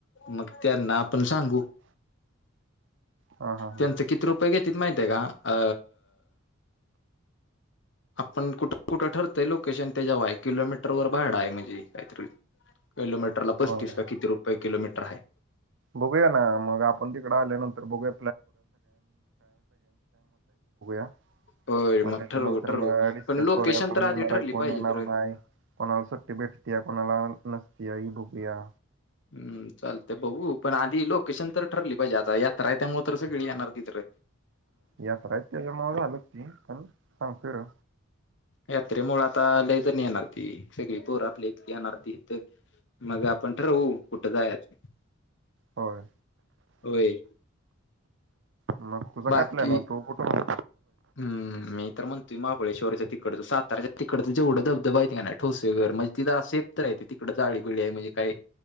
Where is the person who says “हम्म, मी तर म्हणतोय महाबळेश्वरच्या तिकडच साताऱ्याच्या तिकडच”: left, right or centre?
Left